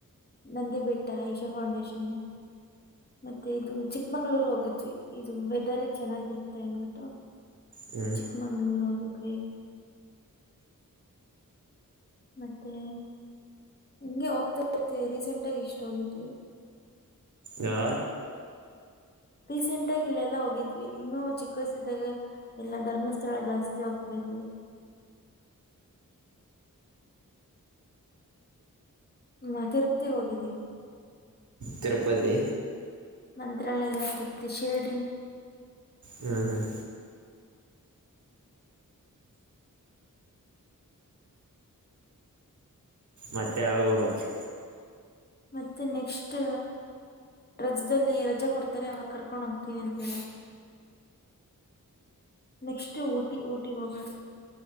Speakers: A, on the left; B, on the right.
A: ನಂದಿಬೆಟ್ಟ ಇಶಾ ಫೌಂಡೇಶನ್ನು ಮತ್ತೆ ಇದು ಚಿಕ್ಕಮಂಗ್ಳೂರು ಹೋಗಿದ್ವಿ ಇದು ವೆದರ್ ಚೆನ್ನಾಗಿರುತ್ತೆ ಅನ್ಬಿಟ್ಟು
B: ಹ್ಞೂ
A: ಚಿಕ್ಕಮಂಗಳೂರು ಹೋಗಿದ್ವಿ. ಮತ್ತೆ ಹಿಂಗೆ ಹೋಗ್ತಾ ಇರ್ತವಿ ರೀಸೆಂಟ್ ಆಗಿ ಎಷ್ಟ ಹೋಗಿದ್ವಿ.
B: ಯಾ.
A: ರೀಸೆಂಟ್ ಆಗಿ ಇಲ್ಲೆಲ್ಲಾ ಹೋಗಿದ್ವಿ ಇನ್ನು ಚಿಕ್ಕ ವಯಸಿದ್ದಾಗ ಎಲ್ಲಾ ಧರ್ಮಸ್ಥಳ ಜಾಸ್ತಿ ಹೋಗ್ತಾ ಇದ್ವಿ. ಹ್ಮ ಮ ತಿರುಪ್ತಿ ಹೋಗಿದ್ದೀವಿ.
B: ತಿರುಪತಿ.
A: ಮಂತ್ರಾಲಯ ತೃಪ್ತಿ ಶಿರ್ಡಿ
B: ಹ್ಮ್ ಹ್ಮ್ ಮತ್ತೆ ಯಾವಾಗ ಹೋಗಬೇಕು.
A: ಮತ್ತೆ ನೆಕ್ಸ್ಟ್ ರಜದಲ್ಲಿ ರಜಾ ಕೊಡ್ತಾರೆ ಅವಾಗ ಕರ್ಕೊಂಡ್ ಹೋಗ್ತೀನಿ ಅಂತ ಹೇಳ ನೆಕ್ಸ್ಟ್ಊಟಿ ಊಟಿಗ ಹೋಗೊದು.